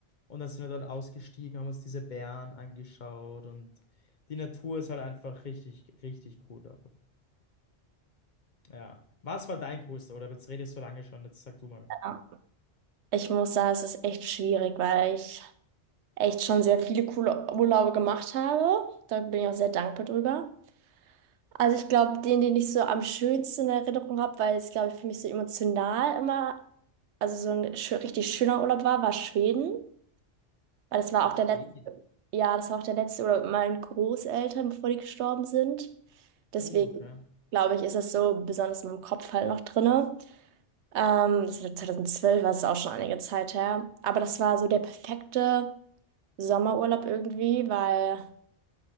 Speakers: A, on the left (about 45°); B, on the right (about 75°).
A: Und dann sind wir dort ausgestiegen, haben uns diese Bären angeschaut und die Natur ist halt einfach richtig, richtig cool dort. Ja. Was war dein coolster? Oder jetzt redest du so lange schon, jetzt sag du mal.
B: ich. Ja. Ich muss sagen, es ist echt schwierig, weil ich echt schon sehr viele coole Urlaube gemacht habe. Da bin ich auch sehr dankbar drüber. Also ich glaube, den, den ich so am schönsten in Erinnerung habe, weil es, glaube ich, für mich so emotional immer, also so ein schö- richtig schöner Urlaub war, war Schweden. Weil das war auch
A: Schweden.
B: der letzte Ja, das war auch der letzte oder mit meinen Großeltern, bevor die gestorben sind. Deswegen
A: Uh, okay.
B: glaube ich, ist das so besonders in meinem Kopf halt noch drinne. Ähm, das war 2012, war es auch schon einige Zeit her. Aber das war so der perfekte Sommerurlaub irgendwie, weil